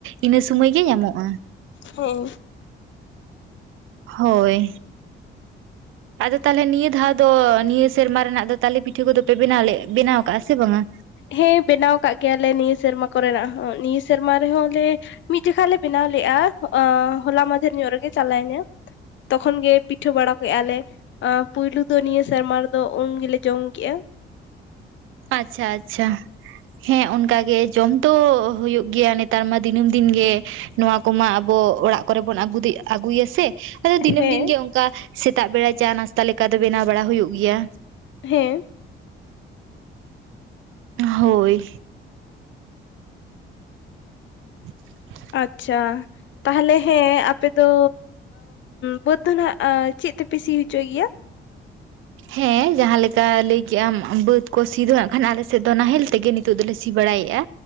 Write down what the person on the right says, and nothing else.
ᱤᱱᱟᱹ ᱥᱩᱢᱟᱭ ᱜᱮ ᱧᱟᱢᱚᱜᱼᱟ᱾
ᱦᱳᱭ ᱟᱫᱚ ᱛᱟᱞᱮ ᱱᱤᱭᱟᱹ ᱫᱷᱟᱣ ᱫᱚ ᱱᱤᱭᱟᱹ ᱥᱮᱨᱢᱟ ᱨᱮᱱᱟᱜ ᱫᱚ ᱛᱟᱞᱮ ᱯᱤᱴᱷᱟᱹ ᱠᱚᱫᱚ ᱯᱮ ᱵᱮᱱᱟᱣ ᱞᱮ ᱵᱮᱱᱟᱣ ᱠᱟᱜᱼᱟ ᱥᱮ ᱵᱟᱝᱼᱟ?
ᱟᱪᱪᱷᱟ ᱟᱪᱪᱷᱟ ᱦᱮᱸ ᱚᱱᱠᱟ ᱜᱮ ᱡᱚᱢ ᱫᱚ ᱦᱩᱭᱩᱜ ᱜᱮᱭᱟ ᱱᱮᱛᱟᱨ ᱢᱟ ᱫᱤᱱᱟᱹᱢ ᱫᱤᱱ ᱜᱮ ᱱᱚᱣᱟ ᱠᱚᱢᱟ ᱟᱹᱵᱚ ᱚᱲᱟᱜ ᱠᱚᱨᱮ ᱵᱩᱱ ᱟᱹᱜᱩ ᱫᱮ ᱟᱹᱜᱩᱭᱟᱥᱮ ᱟᱫᱚ ᱫᱤᱱᱟᱹᱢ
ᱫᱤᱱ ᱜᱮ ᱚᱝᱠᱟ ᱥᱮᱛᱟᱜ ᱵᱮᱲᱟ ᱪᱟ ᱱᱟᱥᱛᱟ ᱞᱮᱠᱟ ᱫᱚ ᱵᱮᱱᱟᱣ ᱵᱟᱲᱟ ᱦᱩᱭᱩᱜ ᱜᱮᱭᱟ᱾
ᱦᱳᱭ <unintelligible>
ᱦᱮᱸ ᱡᱟᱦᱟᱸ ᱞᱮᱠᱟ ᱞᱟᱹᱭ ᱠᱮᱜ ᱟᱢ ᱵᱟᱹᱫᱽ ᱠᱚ ᱥᱤ ᱫᱚ ᱦᱟᱸᱜ ᱠᱷᱟᱱ ᱟᱞᱮ ᱥᱮᱫ ᱫᱚ ᱱᱟᱦᱮᱞ ᱛᱮᱜᱮ ᱱᱤᱛ ᱱᱤᱛᱚᱜ ᱫᱚᱞᱮ ᱥᱤ ᱵᱟᱲᱟᱭᱮᱫ-ᱟ